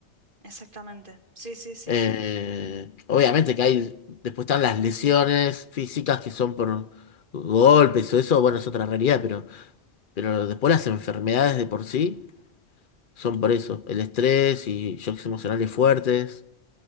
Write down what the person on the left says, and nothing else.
Eh, obviamente que hay, después están las lesiones físicas que son por golpes o eso, bueno, es otra realidad, pero, pero después las enfermedades de por sí son por eso, el estrés y shocks emocionales fuertes